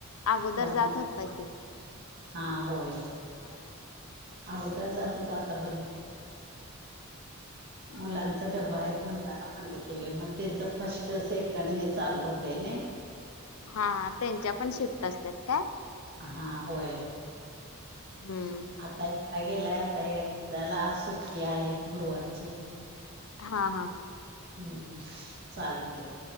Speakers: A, on the left (about 80°); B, on the right (about 50°).
A: अगोदर
B: त्यामु
A: जात होता क
B: हा होय
A: हो
B: अगोदर जातो तो आता बंद
A: हम्म
B: मुलांचा
A: हम्म हम्म
B: डबा आहेत म्हणतात बंद केलय मग त्यांचं फर्स्ट सेकंड हे चालू होतय ना
A: हा त्यांच्या पण शिफ्ट असतात काय
B: हा होय
A: हम्म
B: आता ता गेला आता त्याला सुट्टी आहे गुरुवारची
A: हा हा हा
B: हम्म चालते